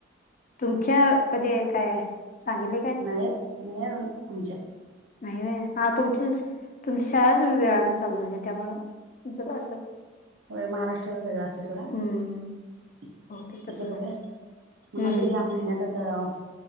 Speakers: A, on the left (about 40°); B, on the right (about 70°).
A: तुमच्या कधी आहे. काय आहे. सांगितले काय?
B: नाही नाही अजून आमच्या
A: नाही बाई, हा तुमचीच तुमची शाळांचं वेळानं चालु झाली, त्यामुळं तुमच्यात असलं.
B: होय. महाराष्ट्राचा वेगळा असतोय थोडा.
A: हम्म
B: तुमचं
A: बहुतेक तसं
B: बघुया,
A: झालंय
B: म्हणालती
A: हम्म
B: की या महिन्यात आता ऑफ